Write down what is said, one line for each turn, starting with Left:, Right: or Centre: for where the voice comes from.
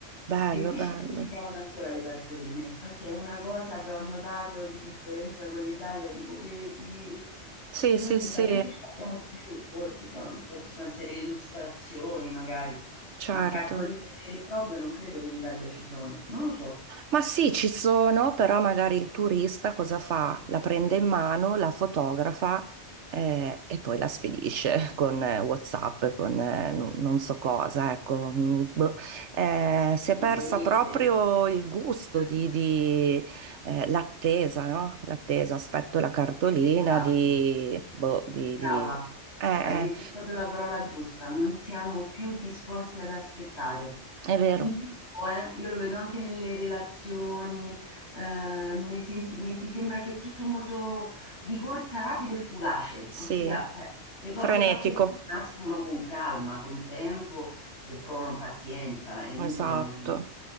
Right: bello,
Left: E qui
Right: bello.
Left: si qui si trovano ancora le cartoline. Infatti è una cosa che ho notato di differenza con l'Italia, dico: "Vedi,
Right: Sì,
Left: noi
Right: sì,
Left: mi
Right: sì,
Left: sa neanche ce l'abbiamo più, forse son possono essere illustrazioni magari,
Right: certo.
Left: ma cartoline vere e proprie non credo che in Italia ci sono, non lo so".
Right: Ma sì, ci sono, però magari il turista cosa fa? La prende in mano, la fotografa eh, e poi la spedisce <laughs> con eh, WhatsApp, con eh, non non so cosa, ecco. mm, boh. Eh, si è
Left: Nelle
Right: persa
Left: lettere.
Right: proprio il gusto
Left: Mh.
Right: di, di, eh, l'attesa, no? L'attesa, aspetto la cartolina
Left: Esatto.
Right: di... Boh, di,
Left: Brava.
Right: di... Eh,
Left: Hai detto proprio la parola giusta, non siamo più disposti ad aspettare.
Right: eh, è vero,
Left: In tutto, eh, io lo vedo anche nelle relazioni, ehm, nei sentimenti, sembra che è tutto molto di corsa, rapido e fugace,
Right: sì.
Left: ossia, cioè, le cose
Right: Frenetico,
Left: fatte bene nascono con calma, con tempo e con pazienza, è inutile
Right: esatto,
Left: non...